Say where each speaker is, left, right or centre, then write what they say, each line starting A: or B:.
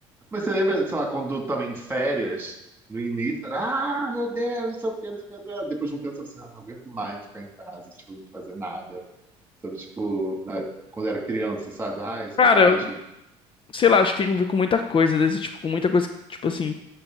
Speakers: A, on the right (about 15°); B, on the left (about 35°).
A: Mas você lembra, sei lá, quando também em férias, no início, era, ah, meu Deus, não sei o quê, não sei o quê. não sei o quê." Depois de um tempo, você fala assim, ah, não aguento mais ficar em casa, tipo, não fazer nada. Sabe, tipo, né, quando era criança, sabe? Ai, saudade.
B: Cara, eu- sei lá, acho que tem a ver com muita coisa desse tipo, com muita coisa, que, tipo assim,